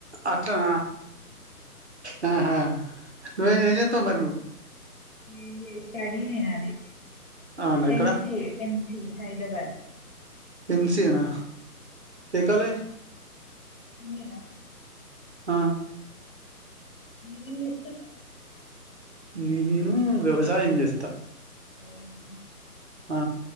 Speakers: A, on the right; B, on the left.
A: అట్టన ఎం సీజెస్తావు మరి నువ్వు
B: ఎం లె స్టడీ నీ నాది
A: అవునా ఎక్కడ
B: ఎంసి ఎంసి హైదరాబాద్
A: ఎంసఏనా ఏ కాలజ్
B: ఉమేరా
A: హ
B: మీరేం చేస్తారు
A: నేను వ్యవసాయం చేస్తా
B: అవునా
A: ఆ